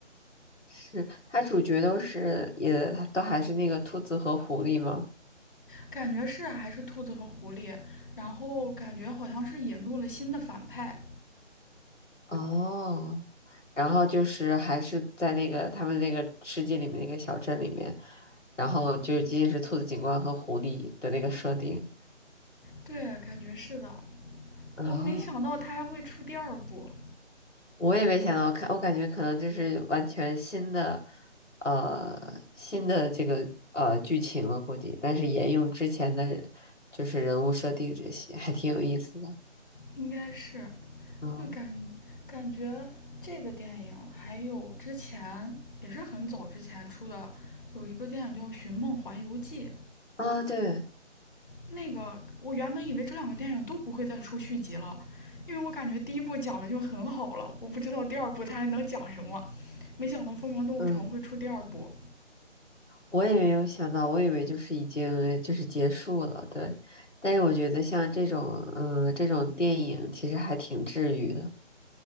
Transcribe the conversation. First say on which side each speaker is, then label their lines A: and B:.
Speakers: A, on the left (about 75°); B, on the left (about 45°).
A: 是它主角都是也都还是那个兔子和狐狸吗？
B: 感觉是还是兔子和狐狸，然后感觉好像是引入了新的反派。
A: 哦，然后就是还是在那个他们那个世界里面那个小镇里面，然后就是仅仅是兔子警官和狐狸的那个设定。
B: 对，感觉是的。
A: 哦
B: 我没想到他还会出第二部。
A: 我也没想到，我看我感觉可能就是完全新的，呃，新的这个呃剧情了，估计，但是沿用之前的人，就是人物设定这些，还挺有意思的。
B: 应该是，
A: 嗯
B: 就感感觉这个电影还有之前也是很早之前出的，有一个电影叫《寻梦环游记》。
A: 啊，对，
B: 那个我原本以为这两个电影都不会再出续集了，因为我感觉第一部讲的就很好了，我不知道第二部它还能讲什么。没想到《疯狂动物城》会出第二部。
A: 嗯，我也没有想到，我以为就是已经就是结束了，对。但是我觉得像这种，嗯、这种电影其实还挺治愈的。